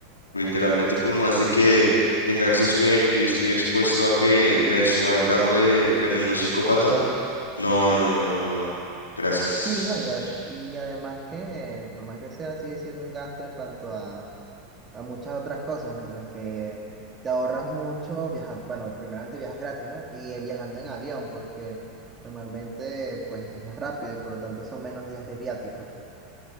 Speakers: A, on the left; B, on the right.
A: Literalmente, por más de que tenga acceso VIP, estoy expuesto a que me suba al carro de tremendo psicópata. No, no, no, no, no, no, no. Gracias.
B: Sí, ¿no? Y, a- y además que, por más que sea, sigue siendo un gasto en cuanto a, a muchas otras cosas, mientras que te ahorras mucho viajando. Bueno, primeramente viajas gratis, ¿no? Y eh, viajando en avión, porque normalmente pues es más rápido y por lo tanto son menos días de viáticos.